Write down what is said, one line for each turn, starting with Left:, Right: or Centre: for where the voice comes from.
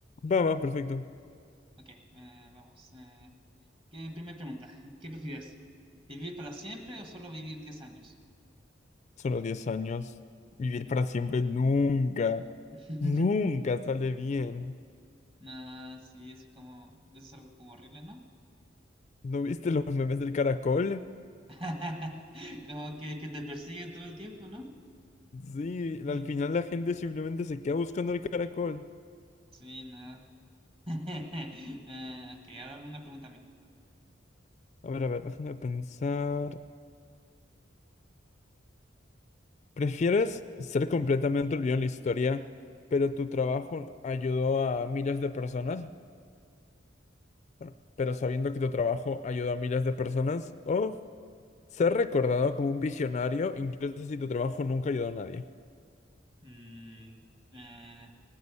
Left: Va, va, perfecto.
Right: Ok, eh, vamos. eh, ¿qué, primera pregunta, ¿qué prefieres? ¿Vivir para siempre o solo vivir diez años?
Left: Solo 10 años. Vivir
Right: Mm.
Left: para siempre nunca,
Right: <laughs>
Left: nunca sale bien.
Right: Nah, sí, es como, es algo como horrible, ¿no?
Left: ¿No viste los memes del caracol?
Right: <laughs> Como que, que te persigue todo el tiempo, ¿no?
Left: Sí,
Right: Y-
Left: al final la gente simplemente se queda buscando el caracol.
Right: sí, nada. <laughs> Eh, ok, ahora una pregunta a mí.
Left: A ver, a ver, déjame pensar. ¿Prefieres ser completamente olvidado en la historia, pero tu trabajo ayudó a miles de personas? Bueno, pero sabiendo que tu trabajo ayudó a miles de personas, o ser recordado como un visionario, incluso si tu trabajo nunca ayudó a nadie.
Right: Mm, eh,